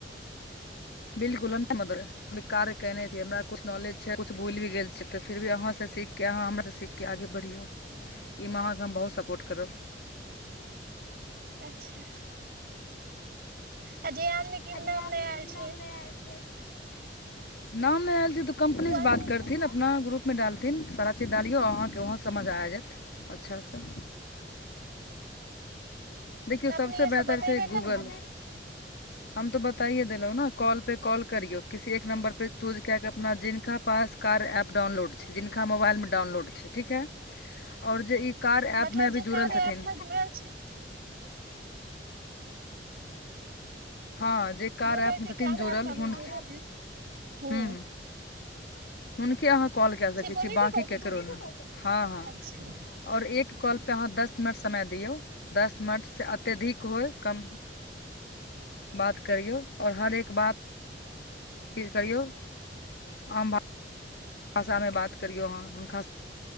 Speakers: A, on the left; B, on the right.
A: बिलकुल <unintelligible> कार्य केने <unintelligible> हमरा कुछ नलेज छै कुछ भुलि भी गेल छी त फिर भी आहा स सीख के अहां हमरा स सीख क के आगे बढ़ियौ एहिमे अहाँके हम बहुत सपोर्ट करब
B: अच्छा आ जे आदमी के
A: आ
B: नाम
A: जे आदमी
B: नहि आयल
A: के
B: छै
A: नाम नइ आएल छै नाम नइ आएल छै त कम्पनीसँ
B: ओ आदमी
A: बात करथिन
B: के
A: न नाम ग्रुपमे डालथिन सारा चीज डालिऔ अहाँके उहो समझ आ जायत अच्छासे देखियौ
B: तऽ
A: सबसे
B: अपने
A: बेहतर
B: सब बतेबै
A: छै गूगल
B: तब ने
A: हम तो बताइे देलौ न कॉल पे कॉल करियौ किसी एक नम्बर पर चूज क के अपना जिनका पास कार्य एप डाउनलोड छय जिनका मोबाइलमे डाउनलोड छै ठीक है और जे ई कार्य एप
B: मतलब
A: मे अभी
B: जे
A: जुड़ल
B: कार्य
A: छथिन
B: ऐप मे जुड़ल छै
A: हँ जे कार्य
B: जो व्यक्ति
A: ऐपमे छथिन
B: कार्य
A: जुड़ल
B: ऐप मे अभी
A: हुनक
B: जुड़े है हूँ
A: ह हुनके अहाँ कॉल कए सकै
B: शिवोनी
A: छी बाँकी
B: के कॉल
A: ककरो
B: कर सकै।
A: नहि हँ हँ
B: अच्छा
A: ओर एक कॉलपअ अहाँ दस मिनट समय दियौ दस मिनटसँ अत्यधिक होय कम बात करियौ आ हर एक बात करियौ आ भ भाषामे बात करियो अहाँ हुनका